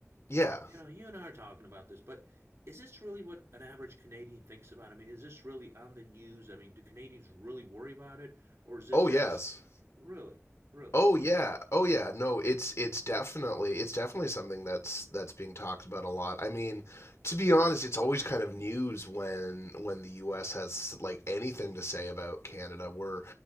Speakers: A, on the left; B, on the right.
A: Yeah.
B: you know, you and I are talking about this, but is this really what an average Canadian thinks about? I mean, is this really on the news? I mean, do Canadians really worry about it, or is it
A: Oh,
B: just
A: yes.
B: really, really?
A: Oh yeah. Oh yeah. No, it's it's definitely it's definitely something that's that's being talked about a lot. I mean, to be honest, it's always kind of news when when the US has like anything to say about Canada. We're